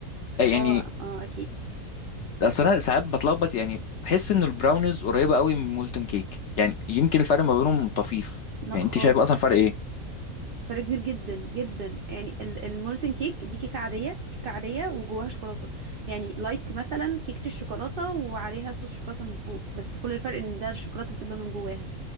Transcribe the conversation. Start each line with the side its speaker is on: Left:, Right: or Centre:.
Left: آه، يعني
Right: اه اه أكيد
Left: اصل انا ساعات بتلخبط يعني بحس ان البراونيز قريبه قوي من المولتن كيك يعني يمكن الفرق ما بينهم طفيف
Right: لا
Left: يعني
Right: خالص
Left: انت شايف اصلا فرق ايه
Right: فرق كبير جدا جدا يعني ال- المولتن كيك دي كيكة عادية كيكة عادية وجواها شوكولاتة يعني لايك مثلا كيكة الشوكولاتة وعليها صوص شوكولاتة من فوق بس كل الفرق ان ده الشوكولاتة بتبقى من جواها